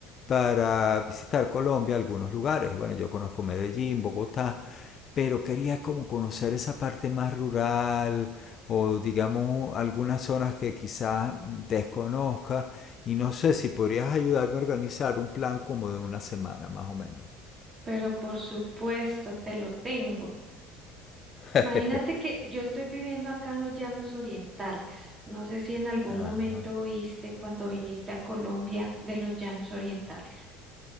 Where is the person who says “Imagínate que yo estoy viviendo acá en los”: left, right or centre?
Right